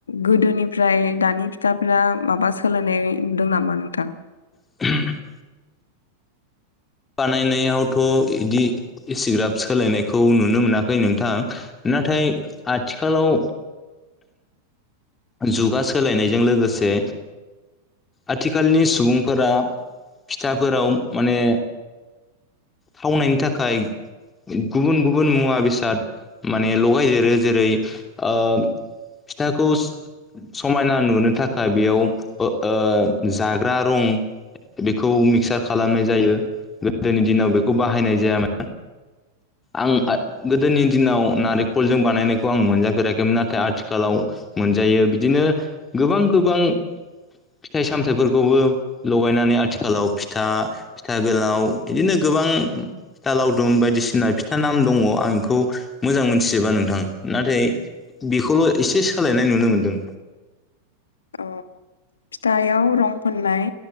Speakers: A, on the left (about 70°); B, on the left (about 15°).
A: गोदोनिफ्राय दानि फिथाफोरा माबा सो सोलायनाय नुदों नामा नोंथां
B: <inaudible> बानायनायावथ' इदि इसिग्राब सोलायनायखौ नुनो मोनाखै नोंथां नाथाय आथिखालाव जुगा सोलायनायजों लोगोसे आथिखालनि सुबुंफोरा फिथाफोराव माने थावनायनि थाखाय गुबुन गुबुन मुवा बेसाद माने लगायदेरो जेरै ओ फिथाखौ समायना नुनो थाखाय बेयाव ओ जाग्रा रं बेखौ मिक्सार खालामनाय जायो गोदोनि दिनाव बेखौ बाहायनाय जायामोन आं गोदोनि दिनाव नारेंखलजों बानायनायखौ आं मोनजाफेराखैमोन नाथाय आथिखालाव मोनजायो बिदिनो गोबां गोबां फिथाइ सामथाइफोरखौबो लगायनानै आथिखालाव फिथा फिथा गोलाव इदिनो गोबां फिथा लावदुम बायदिसिना फिथा नाम दङ आं बेखौ मोजां मोनथिजोबा नोंथां नाथाय बेखौल' एसे सोलायनाय नुनो मोन्दों।
A: औ फिथायाव रं फुननाय